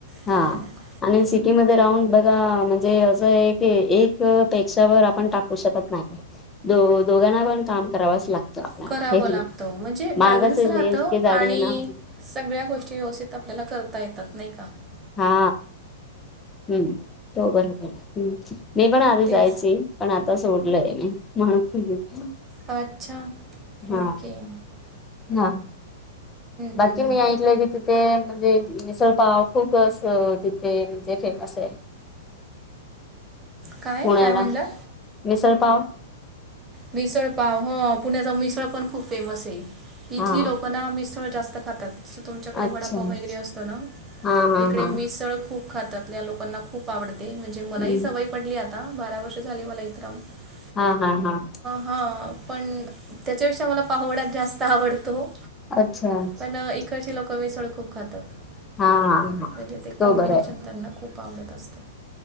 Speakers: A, on the right; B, on the left.
A: काय
B: हा
A: मग
B: <unintelligible> आणि सिटीमध्ये राहून बगा म्हणजे अस ये की एक पशवर आपण टाकू शकत नायी <unintelligible> दो दोघांना पण काम करावच लागतं आपल्याला
A: करावं
B: हे की
A: लागतं
B: नाई.
A: म्हणजे
B: मागच
A: बॅलन्स
B: इतके
A: राहतं
B: जाडी
A: आणि
B: ये ना <unintelligible>
A: सगळ्या गोष्टी व्यवस्थित आपल्याला करता येतात नायी का? <unintelligible>
B: हा हम्म हो बरोबर् मी पण आधी
A: तेच.
B: जायची <unintelligible> पण आता सोडलय, हम्
A: अच्छा ओके
B: हा
A: हम्म
B: हा
A: हम्म
B: बाकी
A: हम्म.
B: मी ऐकलय की त <unintelligible> ते म्हणजे मिसळपाव खूप अस तिथे म्हणजे फेमस ये
A: काय
B: पुण्याला
A: काय म्हणला?
B: मिसलपाव <unintelligible>
A: मिसळ पाव हो पुण्याचा मिसळ पण खूप फेमस ये.
B: हा
A: इथली लोक ना मिसळ जास्त खातात. <unintelligible> तुमच्याकडे
B: अच्छा
A: वडापाव वगैरे असतो ना
B: हा हा
A: इकडे
B: हा
A: मिसळ खूप खूप खातातल्या लोकांना खूप आवडते म्हणजे मला
B: हम्म
A: ह सवय पडली आता बारा वर्ष झाली मला इत राहून <unintelligible>
B: हा हा हा <unintelligible>
A: हा पण त्याच्यापेक्षा मला पाहोडा च जास्त आवडतो.
B: अच्छा <unintelligible>
A: पण इकडची लोक मिसळ खूप खातात. <unintelligible>
B: हा हा हा
A: म्हणजे ते
B: तो
A: कॉम्बिनेशन
B: बरा
A: त्यांना खूप आवडत असत.